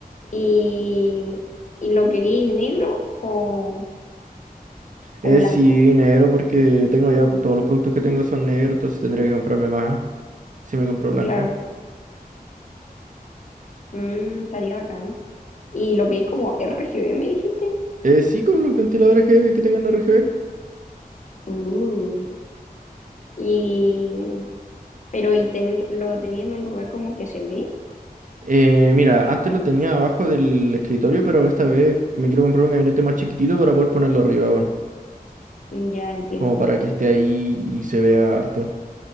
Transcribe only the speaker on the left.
¿Y, y lo queréis negro o,
o blanco?
Claro. Mm, estaría bacán. ¿Y lo queréis como RGB, me dijiste?
Uh, y, pero ¿y ten- lo tenía en un lugar como que se ve?
Mm, Ya entiendo.